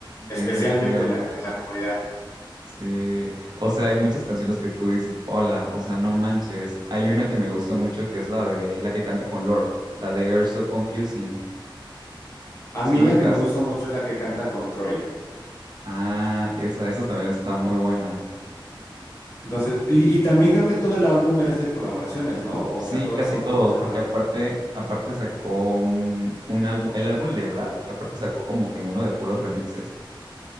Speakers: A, on the left (about 30°); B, on the right (about 55°).
A: especialmente
B: Efectivamente.
A: en la, en la comunidad.
B: Sí, o sea, hay muchas canciones que tú dices, hola, o sea, no manches. Hay una que me gusta mucho que es la de la que canta con Lorde, la de You're So Confusing.
A: A
B: ¿Sí
A: mí
B: lo
A: la
B: ubicas?
A: que me gusta mucho es la que canta con Troy.
B: Ah, esa, esa también está muy buena.
A: Entonces, y, y también creo que todo el álbum es de colaboraciones, ¿no? O
B: Sí,
A: sea, todas
B: casi
A: son
B: todos,
A: como cantando.
B: porque aparte, aparte sacó un, un álbum, el álbum de Brad, y aparte sacó como que uno de puros remixes.